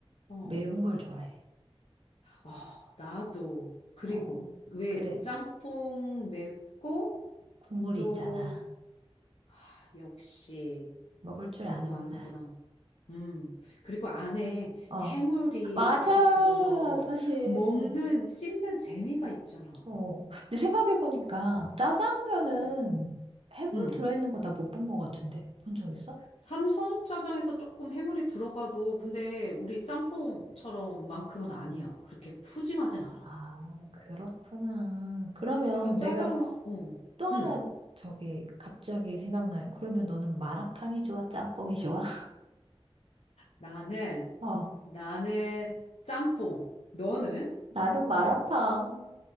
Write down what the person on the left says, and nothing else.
어.
어, 나도. 그리고,
왜
짬뽕 맵고,
또,
아, 역시,
너도
아는구나. 음. 그리고 안에
해물이
가득 들어서
먹는, 씹는 재미가 있잖아.
어.
음.
삼성짜장에서 조금 해물이 들어가도, 근데 우리 짬뽕처럼만큼은
아니야. 그렇게 푸짐하진 않아.
그래서 짜장,
어.
음.
나는
나는 짬뽕. 너는?